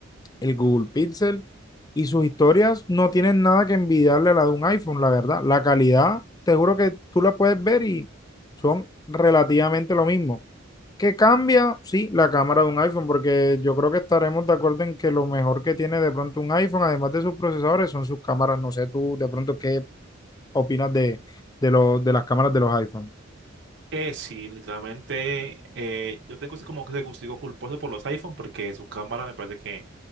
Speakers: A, on the left; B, on the right.
A: el Google Pixel y sus historias no tienen nada que envidiarle a la de un iPhone, la verdad. La calidad, te juro que tú la puedes ver y son relativamente lo mismo. ¿Qué cambia? Sí, la cámara de un iPhone, porque yo creo que estaremos de acuerdo en que lo mejor que tiene de pronto un iPhone, además de sus procesadores, son sus cámaras. No sé tú de pronto qué opinas de, de, los- de las cámaras de los iPhone.
B: Eh, sí, literalmente, eh, yo tengo ese como que ese gustico culposo por los iPhone porque su cámara me parece que,